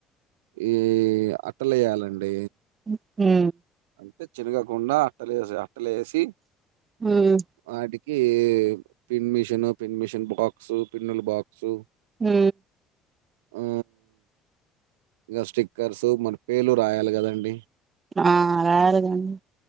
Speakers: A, on the right; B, on the right.
A: ఈ అట్టలు వెయ్యాలండి
B: ఊ ఉ
A: అంటే చినగకుండా అట్టలు అట్టలు వేసి
B: ఉమ్
A: వాటి వాటికి pin machine pin machine box పిన్నుల బాక్సు
B: హ్ము్
A: ఊ ఇకా స్టిక్కర్సు మన పేర్లు రాయాలి కదండి
B: ఆ రాయాలిగా అండి